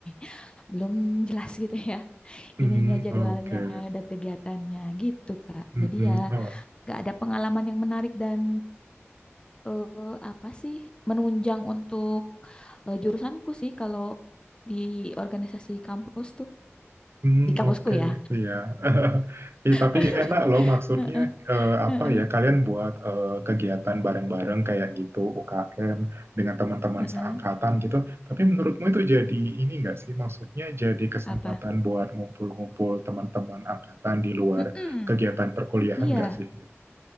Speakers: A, on the left; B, on the right.
A: <laughs> belum jelas gitu ya
B: Hmm,
A: ininya jadwalnya
B: oke.
A: dan kegiatannya gitu Kak.
B: Hmm,
A: Jadi
B: hmm.
A: ya
B: Oh,
A: nggak ada pengalaman yang menarik dan eh, apa sih menunjang untuk eh, jurusanku sih kalau di organisasi kampus tuh
B: Hmm,
A: di kampusku
B: oke,
A: ya.
B: Iya. <laughs> Ih, tapi
A: <laughs>
B: enak loh maksudnya
A: Heeh,
B: eh, apa
A: heeh,
B: ya? Kalian buat eh, kegiatan bareng-bareng kayak gitu UKM dengan teman-teman
A: heeh.
B: seangkatan gitu. Tapi menurutmu itu jadi ini nggak sih? Maksudnya jadi kesempatan
A: Apa?
B: buat ngumpul-ngumpul teman-teman angkatan di luar
A: Mm-mm.
B: kegiatan perkuliahan
A: Iya,
B: nggak sih? Gitu.